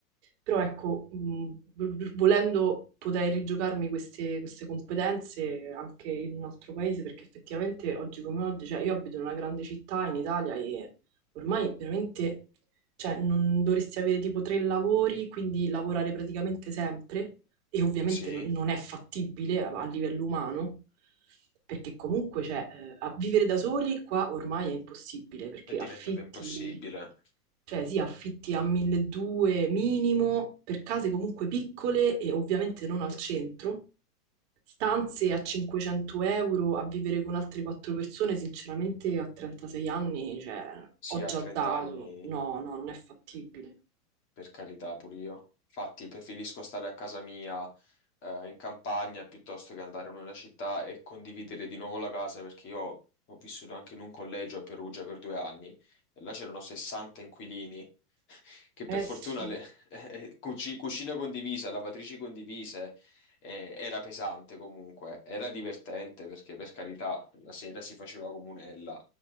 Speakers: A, on the right (about 45°); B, on the left (about 25°).
A: però ecco, mh, v- volendo potrei rigiocarmi queste, queste competenze anche in un altro paese perché effettivamente oggi come oggi, cioè io abito in una grande città in Italia e ormai veramente cioè, non dovresti avere tipo tre lavori, quindi lavorare praticamente sempre, e ovviamente
B: sì,
A: n- non è fattibile a, a livello umano, perché comunque, cioè, eh, a vivere da soli qua ormai è impossibile, perché
B: è diventato
A: affitti,
B: impossibile.
A: cioè sì, affitti a 1200 minimo, per case comunque piccole e ovviamente non al centro. Stanze a 500 euro a vivere con altre quattro persone, sinceramente a 36 anni, cioè,
B: Sì,
A: ho
B: a
A: già
B: 30
A: dato.
B: anni,
A: No, no, non è fattibile.
B: per carità, pure io. Infatti, preferisco stare a casa mia eh, in campagna piuttosto che andare in una città e condividere di nuovo la casa, perché io ho vissuto anche in un collegio a Perugia per due anni e là c'erano 60 inquilini. <laughs> Che per
A: Eh
B: fortuna
A: sì.
B: le, <laughs> cuci- cucina condivisa, lavatrici condivise, eh, era pesante comunque, era divertente perché per carità la sera si faceva comunella,